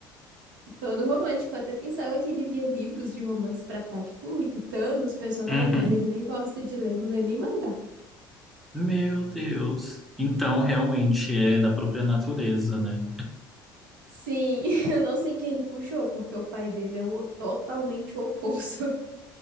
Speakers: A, on the right; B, in the centre.
A: todo romântico. Eu até pensava que ele lia livros de romance pra tá tipo, imitando os personagens,
B: Uhum.
A: mas ele nem gosta de ler, não lê nem mangá.
B: Meu Deus. Então, realmente é da própria natureza, né?
A: Sim, <laughs> eu não sei quem ele puxou, porque o pai dele é o totalmente o oposto. <laughs>